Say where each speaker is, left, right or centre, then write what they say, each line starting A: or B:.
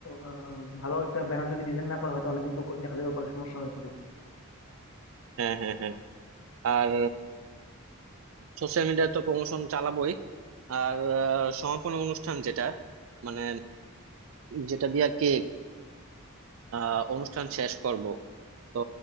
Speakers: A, on the left (about 80°); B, on the right (about 70°).
A: আহ, ভালো একটা ব্যানার যদি ডিজাইন না করা হয় তাহলে কিন্তু দেখা যাবে পরে সমস্যা হয়ে পড়ে
B: হ্যাঁ হ্যাঁ হ্যাঁ আর সোশ্যাল মিডিয়ায় তো প্রমোশন চালাবোই আর আহ, সমাপনী অনুষ্ঠান যেটা মানে যেটা দিয়ে আর কি আহ, অনুষ্ঠান শেষ করব তো